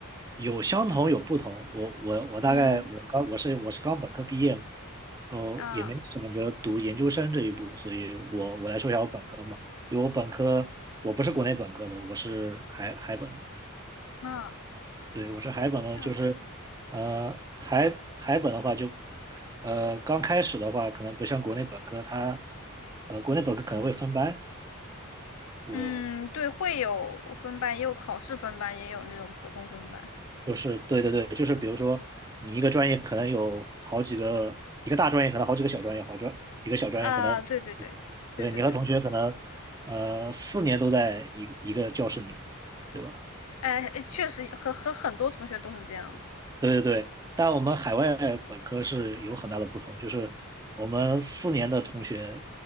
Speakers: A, on the right (about 15°); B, on the left (about 80°).
A: 有相同有不同，我我我大概我刚我是我是刚本科毕业嘛，
B: 嗯
A: 然后也没想着读研究生这一步，
B: 啊
A: 所以我我来说一下我本科嘛，因为我本科我不是国内本科的，我是海海本的，
B: 啊，
A: 对，我是海本的，
B: 这样子。
A: 就是，呃，海海本的话就，呃，刚开始的话，可能不像国内本科，它，呃，国内本科可能会分班。我
B: 嗯，对，会有分班，也有考试分班，也有那种普通分班。
A: 就是对对对，就是比如说你一个专业可能有好几个，一个大专业可能好几个小专业，好专一个小专业可能，
B: 啊，对对对对对对，
A: 对你和同学可能，呃，四年都在一个一个教室里面，对吧？
B: 哎，确实和和很多同学都是这样的。
A: 对对对，但我们海外本科是有很大的不同，就是我们四年的同学